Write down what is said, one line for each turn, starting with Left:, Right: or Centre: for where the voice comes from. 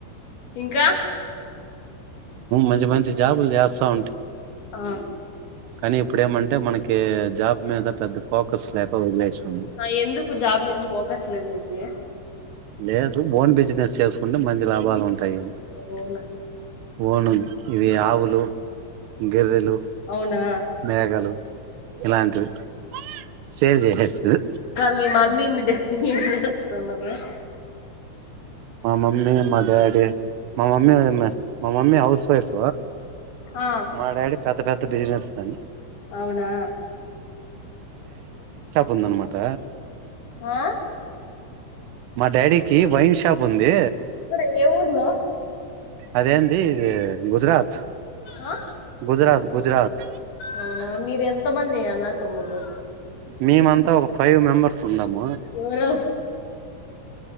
Left: ఇంకా
Right: మంచి మంచి జాబులు చేస్తా
Left: ఆ
Right: కానీ ఇప్పుడు ఏమంటే మనకి ఓకే జాబ్ మీద పెద్ద పోకస్ లేక వదిలేశాం
Left: ఆ, ఎందుకు జాబ్ మీద ఫోకస్ లేదు నీకి
Right: లేదు బోన్ బి బిజినెస్ చేసు అంటే మంచి లాభాలు ఉంటాయి
Left: అవునా
Right: ఓను ఇ ఆవులు గెర్రెలు
Left: అవునా
Right: మేఘలు ఇలాంటివి సేల్ చేసేస్తది
Left: మీ మమ్మి మీ డాడీ ఏమీ చేస్తన్నారారు
Right: మా మమ్మీ మా డాడీ మా మమ్మీ మా మమ్మీ హౌస్ వైఫ్
Left: ఆ
Right: మా డాడి పెద్ద పెద్ద బిజినెస్ తం
Left: అవునా
Right: ఉంది అన్మాట
Left: ఆ
Right: మా డాడీకి వైన్ షాప్ ఉంది
Left: ఇప్పుడ ఏ ఊర్లో
Right: అదేంది గుజరాత్
Left: ఆ
Right: గుజరాత్ గుజరాత్
Left: అవునా మీరు ఎంత మంది అన్నదమ్ములు
Right: మేమంతా ఒక ఫైవ్ మెంబర్స్ ఉన్నాము
Left: ఎవరు